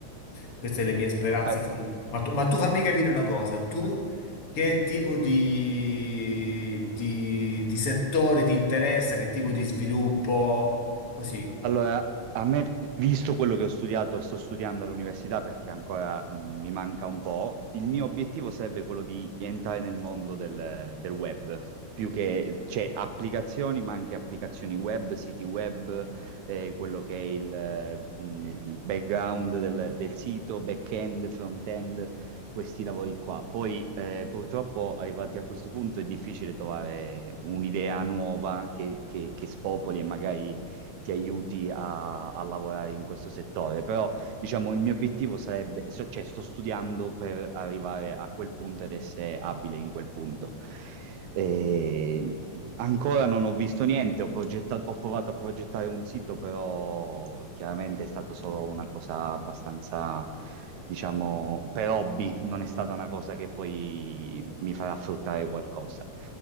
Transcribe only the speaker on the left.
Queste le mie speranze
future. Ma tu, ma tu fammi capire una cosa, tu che tipo di, di, di settore ti interessa, che tipo di sviluppo? Così,